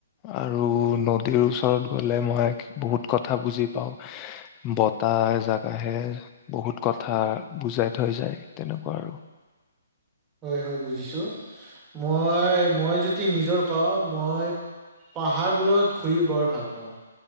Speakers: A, on the left; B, on the right.
A: আৰু নদীৰ ওচৰত গলে মই বহুত কথা বুজি পাওঁ, বতাহ এজাক আহে বহুত কথা বুজাই থৈ যায় তেনেকুৱা আৰু
B: হয় হয় বুজিছো, মই, মই যদি নিজৰ কওঁ মই পাহাৰবোৰত ঘূৰি বৰ ভাল পাওঁ